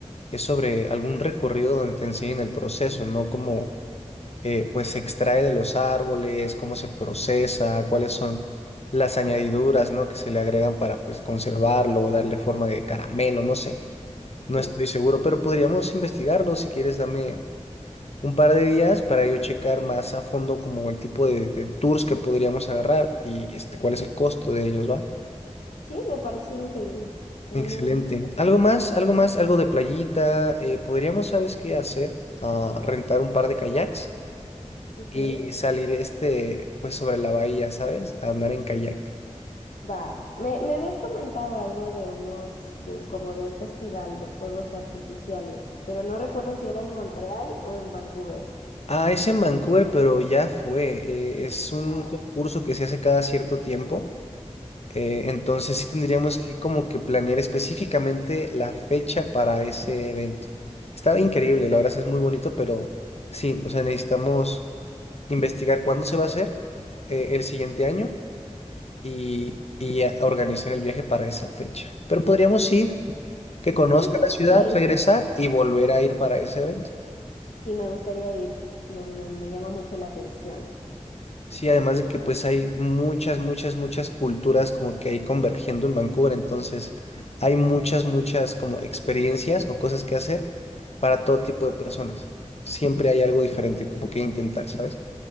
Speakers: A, on the left; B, on the left.
A: es sobre algún recorrido donde te enseñen el proceso, no cómo eh, pues se extrae de los árboles, cómo se procesa, cuáles son las añadiduras, ¿no? que se le agregan para pues conservarlo o darle forma de caramelo, no sé. No
B: Sí,
A: estoy seguro, pero podríamos investigarlo. Si quieres, dame un par de días para yo checar más a fondo como el tipo de, de tours que podríamos agarrar y este, cuál es el costo de ellos, ¿va?
B: sí, me parece increíble. Ahí
A: Excelente.
B: me avisas.
A: ¿Algo más? ¿Algo más? ¿Algo de playita? Eh, podríamos, ¿sabes qué hacer? Ah, rentar un par de kayaks
B: Ok,
A: y salir este, pues sobre la bahía, ¿sabes? A andar en kayak.
B: va. Me, me habías comentado algo de unos, de un- como de un festival de fuegos artificiales, pero no recuerdo si era en Montreal o en Vancouver.
A: Ah, es en Vancouver, pero ya fue. Eh, es un
B: Ah.
A: concurso que se hace cada cierto tiempo. Eh, entonces sí tendríamos que como que planear específicamente la fecha para ese evento. Estaba increíble, la verdad es muy bonito, pero sí, o sea, necesitamos investigar cuándo se va a hacer eh, el siguiente año y, y a- organizar el viaje para esa fecha. Pero podríamos ir, que conozca
B: Sí, me
A: la
B: gustaría
A: ciudad, regresar
B: ir.
A: y volver a ir para ese evento.
B: Sí, me gustaría ir. Me, me, me llama mucho la atención.
A: Sí, además de que pues hay muchas, muchas, muchas culturas como que hay convergiendo en Vancouver, entonces hay muchas, muchas como experiencias o cosas que hacer para todo tipo de personas. Siempre hay algo diferente como que intentar, ¿sabes?